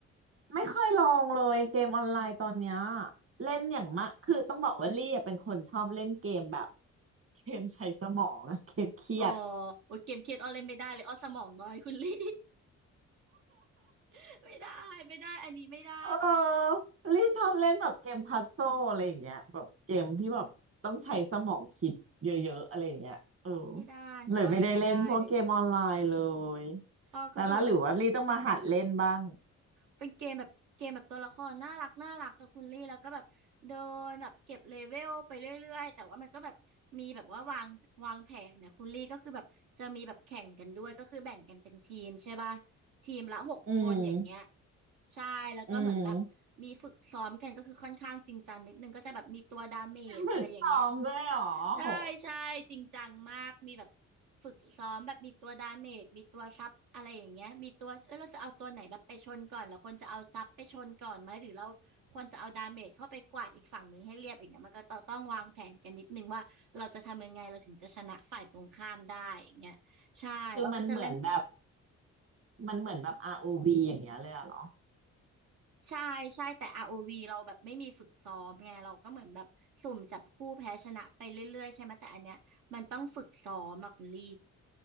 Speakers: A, on the right; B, on the right.
A: ไม่ค่อยลองเลยเกมออนไลน์ตอนเนี้ยเล่นอย่างมะคือต้องบอกว่าลี่อะเป็นคนชอบเล่นเกมแบบเกมใช้สมองอะเกมเครียด
B: อ๋อโอ้ยเกมเครียดอ้อเล่นไม่ได้เลยอ้อสมองน้อยคุณลี่ <laughs> ไม่ได้ไม่ได้อันนี้ไม่ได้
A: เออลี่ชอบเล่นแบบเกมพัซโซลอะไรอย่างเงี้ยแบบเกมที่แบบต้องใช้สมองคิดเยอะๆอะไรอย่างเงี้ยเออ
B: ไม่ได้ของอ้อนี่ไม่ได้เลย
A: เลยไม่ได้เล่นพวกเกมออนไลน์เลย
B: อ้อก็คือแบบ
A: แต่ละหรือว่าลี่ต้องมาหัดเล่นบ้าง
B: เป็นเกมแบบเกมแบบตัวละครน่ารักน่ารักกับคุณลี่แล้วก็แบบเดินแบบเก็บเลเวลไปเรื่อยๆแต่ว่ามันก็แบบมีแบบว่าวางวางแผนนะคุณลี่ก็คือแบบจะมีแบบแข่งกันด้วยก็คือแบ่งกันเป็นทีมใช่ป่ะทีมละหกคนอย่างเงี้ย
A: อืม
B: ใช่แล้วก็เหมือนแบบมีฝึกซ้อมกันก็คือค่อนข้างจริงจังนิดนึงก็จะแบบมีตัวดาเมจอะไรอย่างเงี้ย
A: อืมฝึกซ้อมด้วยเหรอโห
B: ใช่ใช่จริงจังมากมีแบบฝึกซ้อมแบบมีตัวดาเมจมีตัวซับอะไรอย่างเงี้ยมีตัวเออเราจะเอาตัวไหนแบบไปชนก่อนแล้วคนจะเอาซับไปชนก่อนไหมหรือเราควรจะเอาดาเมจเข้าไปกวาดอีกฝั่งหนึ่งให้เรียบอย่างเงี้ยมันก็ต้องต้องวางแผนกันนิดนึงว่าเราจะทำยังไงเราถึงจะชนะฝ่ายตรงข้ามได้อย่างเงี้ยใช่เราก็จะเล่น
A: คือมันเหมือนแบบมันเหมือนแบบ ROV อวีอย่างเงี้ยเลยอะเหรอ
B: ใช่ใช่แต่อาร์โอวีเราแบบไม่มีฝึกซ้อมไงเราก็เหมือนแบบสุ่มจับคู่แพ้ชนะไปเรื่อยๆใช่ไหมแต่อันเนี้ยมันต้องฝึกซ้อมอะคุณลี่